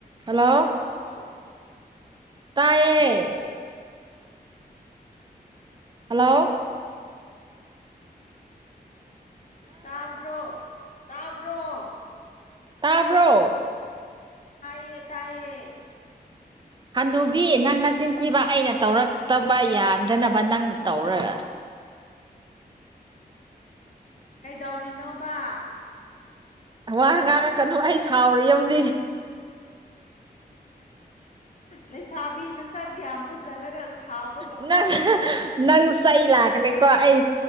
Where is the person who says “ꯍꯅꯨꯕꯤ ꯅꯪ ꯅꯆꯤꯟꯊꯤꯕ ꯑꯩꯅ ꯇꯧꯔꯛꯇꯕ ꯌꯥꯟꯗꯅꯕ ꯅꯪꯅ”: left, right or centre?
Right